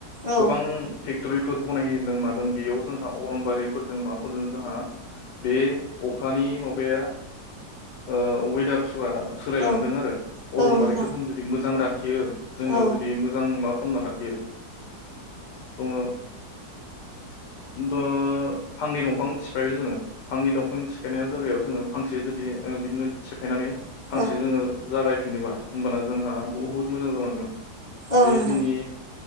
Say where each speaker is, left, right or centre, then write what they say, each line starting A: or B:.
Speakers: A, on the left; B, on the left.
A: औ
B: गोबां फेक्टरिफोर बनायदों मादों बेयाव जोंहा अरनबारिफोरजों माबाफोरजों जोंहा बे अखानि माबाया ओ वेदार सोलायलांदों
A: औ
B: आरो अरनबारिखौ
A: औ नोंथां
B: जों जुदि मोजां जोङो
A: औ
B: जुदि मोजां मा खालामना लाखियो दङ द फांनि दंफां सिफायबाय जोङो फांनि दंफां सिफायनाय जायगायाव जोङो फांसे जुदि बिदिनो सिफायनानै फांसे
A: औ
B: जोङो जागायफिनोबा होमबाना जोंहा बहुद मोजां जालांदों
A: औ
B: बे
A: नोंथां
B: जोंनि